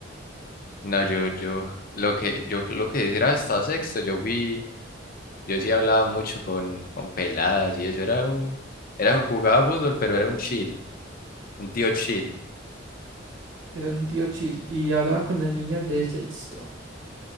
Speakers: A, on the left; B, on the right.
A: No, yo, yo, lo que, yo lo que era hasta sexto, yo fui, yo sí hablaba mucho con, con peladas y eso, era un, era, jugaba fútbol, pero era un chill, un tío chill.
B: Era un tío chill y hablaba con las niñas de sexto.